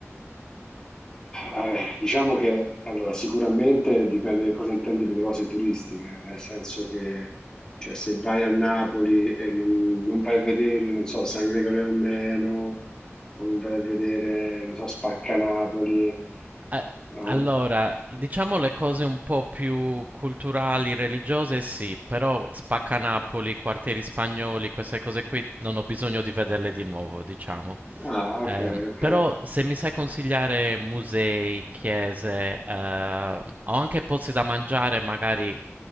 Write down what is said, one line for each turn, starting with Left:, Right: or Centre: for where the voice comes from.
Left: Ah, eh, Diciamo che allora, sicuramente dipende che cosa intendi per le cose turistiche, nel senso che cioè, se vai a Napoli e non, non vai a vedere, non so, San Gregorio Armeno, o non vai a vedere, non so, Spaccanapoli,
Right: Eh,
Left: no?
Right: Allora, diciamo le cose un po' più culturali, religiose, sì, però Spaccanapoli, quartieri spagnoli, queste cose qui non ho bisogno di vederle di nuovo, diciamo.
Left: Ah, ok,
Right: Ehm,
Left: ok.
Right: però se mi sai consigliare musei, chiese, eh, o anche posti da mangiare, magari